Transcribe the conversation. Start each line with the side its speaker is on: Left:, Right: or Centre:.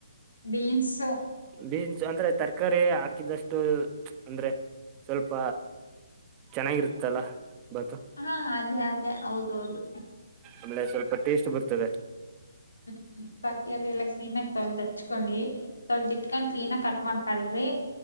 Left: ಬೀನ್ಸು. ‌
Right: ಬೀನ್ಸ್ ಅಂದ್ರೆ ತರಕಾರಿ ಹಾಕಿದಷ್ಟು ಅಂದ್ರೆ ಸ್ವಲ್ಪ ಚೆನ್ನಾಗಿರುತ್ತಲ್ಲ ಬಾತು.
Left: ಹಾ ಅದೇ ಅದೇ ಹೌದ ಹೌದು.
Right: ಆಮೇಲೆ ಸ್ವಲ್ಪ ಟೇಸ್ಟ ಬರ್ತದೆ.
Left: ಹುಂ ತರಕಾರಿ ಎಲ್ಲಾ ಕ್ಲೀನಾಗಿ ತೋಳಿದ ಹೆಚ್ಚಕೊಳ್ಳಿ. ತೊಳೆದು ಇಟ್ಕೊಂಡ್ ಕ್ಲೀನ್ ಆಗಿ ಕಟ್ ಮಾಡ್ಕಳ್ರಿ.